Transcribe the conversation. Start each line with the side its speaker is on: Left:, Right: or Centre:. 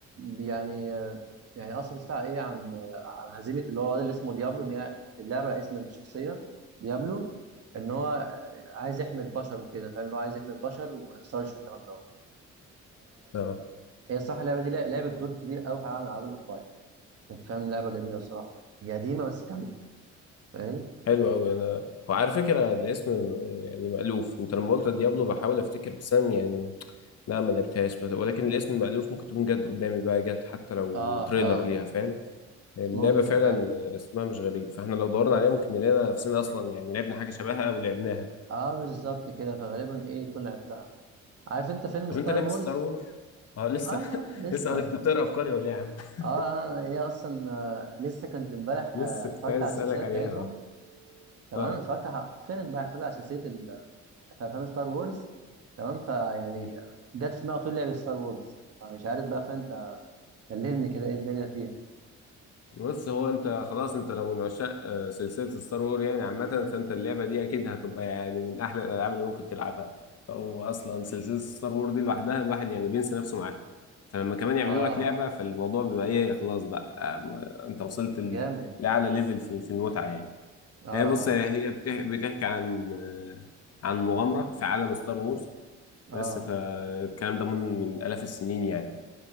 Right: يعني آه، يعني اصلا قصتها ايه عن آه، عن هزيمه اللي هو الواد اللي اسمه ديابلو ان هي اللعبه على اسم الشخصيه ديابلو ان هو عايز يحمي البشر وكده فاهم اللي هو عايز يحمي البشر وما يخسرش والكلام ده
Left: اه
Right: هي الصراحه اللعبه دي لعبت دور كبير قوي في عالم الالعاب الاونلاين كانت فاهم لعبه جميله صراحه هي قديمه بس جامده فاهم
Left: حلو قوي انا هو على فكره الاسم يعني مألوف انت لما قلت ديابلو بحاول افتكر بس انا يعني لا ما لعبتهاش بس- ولكن الاسم مألوف ممكن تكون جت قدامي بقى جت حتى لو
Right: اه
Left: تريلر
Right: اه
Left: ليها فاهم اللعبه
Right: ممكن
Left: فعلا
Right: فعلا
Left: اسمها مش غريب فاحنا لو دورنا عليها ممكن نلاقينا نفسنا اصلا يعني لعبنا حاجه شبهها او لعبناها
Right: اه بالظبط كده فغالبا ايه يكون لعبتها عارف انت فيلم
Left: طب
Right: ستار
Left: انت لعبت
Right: وورز
Left: ستار وور اه لسه
Right: اه
Left: <laughs>
Right: لسه
Left: لسه قالك انت بتقرا افكاري ولا ايه يا عم <laughs>
Right: اه هي اصلا آه لسه كنت امبارح
Left: لسه
Right: آه، اتفرجت
Left: كنت عايز
Right: على
Left: اسالك
Right: السلسله
Left: عليها
Right: بتاعتهم تمام
Left: اه
Right: اتفرجت ح- حرفيا امبارح اتفرجت على سلسله ال- في افلام ستار وورز تمام فيعني
Left: اه
Right: جت في دماغي على طول لعبه ستار وورز مش عارف بقى فانت كلمني كده ايه الدنيا فيها
Left: بص هو انت خلاص انت لو من عشاق آه، سلسله ستار وور يعني عامه فانت اللعبه دي اكيد هتبقى يعني من احلى الالعاب اللي ممكن تلعبها او اصلا سلسله ستار وور دي لوحدها الواحد يعني بينسى نفسه معاها فلما كمان
Right: اه
Left: يعملوا
Right: آه،
Left: لك لعبه فالموضوع بيبقى ايه خلاص بقى آه، انت وصلت ال-
Right: جامد
Left: لاعلى ليفل في في المتعه يعني
Right: اه اه
Left: هي بص هي بتح- بتحكي عن آه، عن مغامره في عالم ستار وورز
Right: اه
Left: بس فالكلام ده من من آلاف السنين يعني